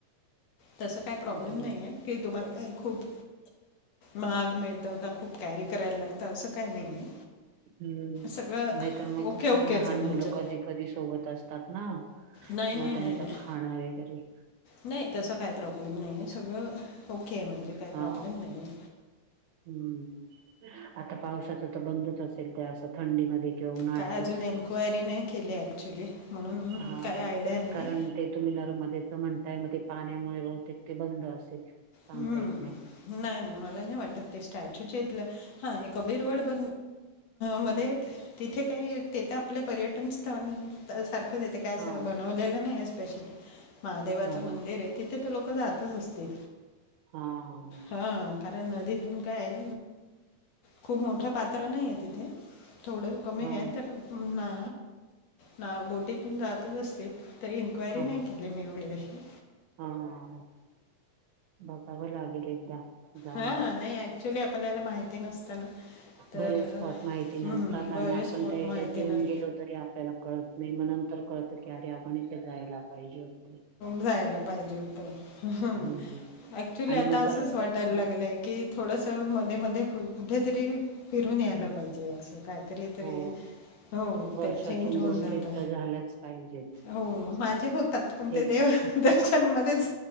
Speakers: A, on the left; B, on the right.
A: तसं काही प्रॉब्लेम
B: बरं
A: नाही आहे, की तुम्हाला काही खूप महाग मिळतं. खूप कॅरी करायला लागत असं काय नाही.
B: हम्म
A: सगळं
B: नाहीतर मग
A: ओके
B: कस,
A: ओकेच
B: लहान
A: आहे म्हणजे
B: मुलं कधी कधी सोबत असतात ना.
A: नाही नाही
B: मग त्यांचं
A: नाही नाही
B: खाणं वगैरे
A: नाही तसं काही प्रॉब्लेम नाही आहे. सगळं ओके आहे म्हणजे काही
B: हा
A: प्रॉब्लेम नाही.
B: हम्म आता पावसाच तर बंदच असेल, त्या असं थंडीमध्ये. किंवा उन्हाळ्यातच
A: काय अजून एन्क्वायरी नाही केली ऍक्च्युली, म्हणून
B: हा
A: काय आयडिया नाही.
B: कारण ते तुम्ही नरमध्येच म्हणताय मध्ये पाण्यामुळे बहुतेक ते बंद असेल. सांगता
A: हम्म
B: येत नाही
A: नाही नाही मला नाही वाटत ते स्टॅच्यूचेइथलं हा हे कबीरवड ब मध्ये तिथे काही तेथे आपले पर्यटन स्थळ सारख तिथे काय अस
B: हा
A: बनवलेलं नाही स्पेशली महादेवाचं
B: हा हा
A: मंदिर आहे. तिथे तर लोक जातच असतील?
B: हा- ह- ह
A: हा कारण नदीतून काय. खूप मोठं पात्र नाही आहे तिथे थोडं कमी
B: हा
A: आहे तर ना ना बोटीतून जातच असतील. तरी इन्क्वायरी
B: हा
A: नाही
B: हा हा
A: केली मी एवढी अशी
B: हा बघावं लागेल एकदा. जाऊन
A: हा नाही ऍक्च्युली आपल्याला माहिती नसतं ना? तर
B: बरेच स्पॉट माहिती
A: हम्म,
B: नसतात आणि
A: बरेच
B: आपण
A: स्पोर्ट
B: त्या
A: माहिती
B: एरियात येऊन
A: नस
B: गेलो तरी आपल्याला कळत नाही मग नंतर कळत की अरे आपण इथे जायला पाहिजे होत
A: जायला पाहिजे होत
B: हम्म
A: ऍक्च्युली
B: आणि
A: आता
B: मग
A: असंच
B: परत
A: वाट वाटायला लागलंय की थोडस मध्ये मध्ये कुठेतरी फिरून यायला पाहिजे असं काहीतरी तरी
B: हो
A: हो
B: वर्षातून
A: ते चेंज होऊन
B: दोन
A: जात
B: ट्रिप तर झाल्याच पाहिजेत
A: हो माझे होतात पण ते
B: एक
A: देव दर्शनमध्येच